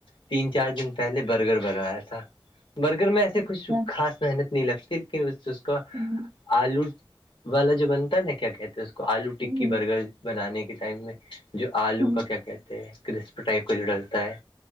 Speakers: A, on the left; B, on the right.
A: تین چار دن پہلے برگر بنوایا تھا برگر میں ایسے
B: اچھا
A: کچھ خاص محنت نہیں لگتی لیکن ب اس کو
B: ہوں
A: آلو والا جو بنتا ہے نا کیا کہتے ہیں اس کو آلو ٹکی
B: ہوں
A: برگر بنانے کے ٹائم میں جو آلو
B: ہوں
A: کا کیا کہتے ہیں کرسپ ٹائپ کا جو ڈلتا ہے